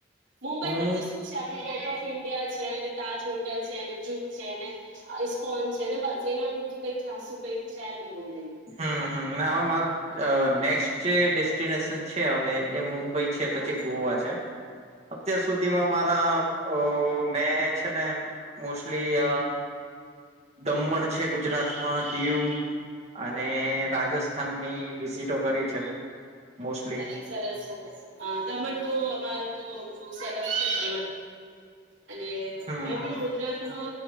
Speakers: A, on the right (about 80°); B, on the right (about 35°).
A: મુંબઈમાં
B: હું
A: શું છે આપણે ગેટ ઓફ ઇન્ડિયા છે ને તાજ હોટલ છે ને જુહ છે ને ઈસ્કોન છેને બસ એના પૂરતું કઈ ખાસું કઈક છે નહીં બો
B: હ હ ના અવે મારો નેક્સ્ટ જે ડેસ્ટિનેશન છે હવે એ મુંબઈ પછી
A: હા
B: ગોવા છે અત્યાર સુધીમાં મારા અ મેં છેને મોસ્ટલી અ દમણ છે ગુજરાત એમાં દીઉ અને રાજસ્થાનની વિઝિટો કરી છે. મોસ્ટલી
A: અરે સરસ સરસ હા દમણ તો અમાર તો બહુ સરસ છે <unintelligible> અને
B: હમ
A: મેં પણ ગુજરાત મા